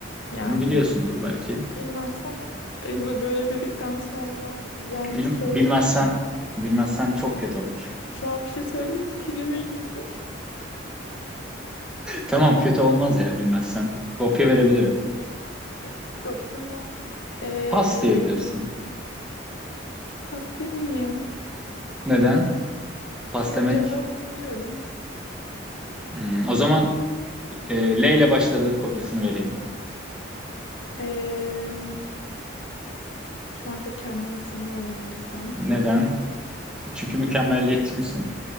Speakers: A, on the left; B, in the centre.
A: yani.
B: Bunu biliyorsundur belki.
A: Bilmezsem e, bu- böyle dedikten sonra yanlış
B: Bil-
A: söylesem
B: bilmezsen bilmezsen çok kötü olur.
A: Şu an bir şey söyleyeyim mi? Tribe girdim.
B: Tamam kötü
A: <laughs>
B: olmaz ya bilmezsen. Kopya verebilirim.
A: Ya- Yok bunu eee
B: Pas diyebilirsin.
A: pas demeyeyim.
B: Neden? Pas
A: Çünkü
B: demek.
A: bunun cevabını biliyorum.
B: Hmm, o zaman e, L ile başladığı kopyasını vereyim.
A: Eee, şu an çok kendime sinir oldum desem.
B: Neden? Çünkü mükemmelliyetçi misin?